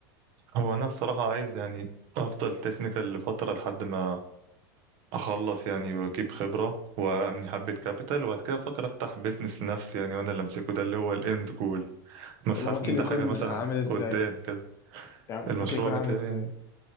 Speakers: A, on the right; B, on the left.
A: هو انا الصراحه عايز يعني افضل تكنيكال لفتره لحد ما اخلص يعني واجيب خبرة وابني حبة كابيتال وبعد كده افكر افتح بيزنس لنفسي يعني وانا اللي امسكه ده اللي هو الاند جول بس
B: طب
A: حاسس
B: وممكن
A: ان ده
B: يكون
A: حاجة مثلا
B: عامل ازاي
A: قدام كده
B: يعني
A: المشروع
B: ممكن يكون
A: بتاعي
B: عامل ازاي
A: يعني